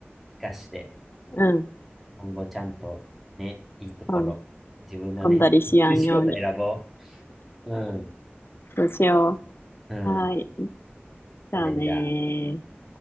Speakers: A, in the centre; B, on the left.
A: 活かして、
B: うん。
A: 今後ちゃんとね、いいところ、
B: そうね。
A: 自分がね、
B: 飛んだりしやんように。
A: できる仕事選ぼう。うん、
B: そうしよ
A: うん。
B: う。はい。じゃあね
A: それじゃあ。
B: ー。